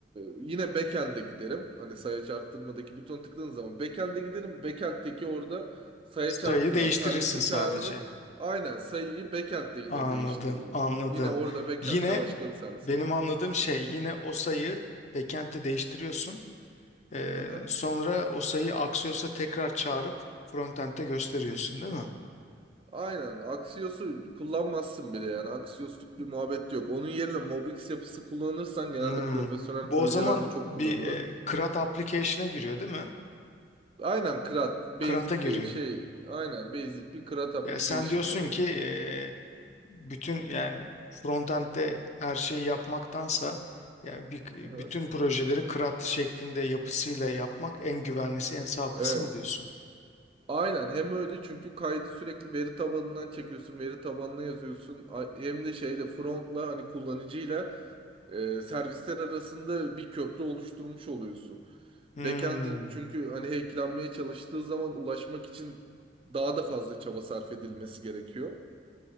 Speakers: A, on the right; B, on the left.
A: yine backend'e giderim. Hani sayaç arttırmadaki butona tıkladığın zaman backend'e giderim. Backend'teki orada sayaç
B: Sayıyı
A: arttıran
B: değiştirirsin
A: servisi
B: sadece.
A: çağırırım. Aynen sayıyı backend'de yine
B: Anladım,
A: değiştiririm.
B: anladım.
A: Yine orada backend'de
B: Yine
A: başka bir servise
B: benim
A: giderim.
B: anladığım şey yine o sayı backend'te değiştiriyorsun. Ee,
A: Aha.
B: sonra o sayı Axios'a tekrar çağırıp frontend'de gösteriyorsun değil mi?
A: Aynen. Axios'u kullanmazsın bile yani. Axios'luk bir muhabbet yok. Onun yerine Mobix yapısı kullanırsan genelde
B: Hmm.
A: profesyonel
B: Bu
A: projelerde
B: o zaman
A: çok
B: bir
A: kullanıyorlar.
B: e, CRUD application'a giriyor değil mi?
A: Aynen CRUD. Basic
B: CRUD'a giriyor.
A: bir şey. Aynen basic bir CRUD application
B: Ya sen diyorsun
A: yani.
B: ki e, bütün yani frontend'de her şeyi yapmaktansa yani bir,
A: Aha.
B: bütün projeleri CRUD şeklinde yapısıyla yapmak en güvenlisi, en sağlıklısı
A: Evet.
B: mı diyorsun?
A: Aynen hem öyle çünkü kaydı sürekli veri tabanından çekiyorsun, veri tabanına yazıyorsun. A- Hem de şeyde frontla hani kullanıcıyla e, servisler arasında bir köprü oluşturmuş oluyorsun.
B: Hmm,
A: Backend'in çünkü hani hacklenmeye çalıştığı zaman ulaşmak için daha da fazla çaba sarf edilmesi gerekiyor.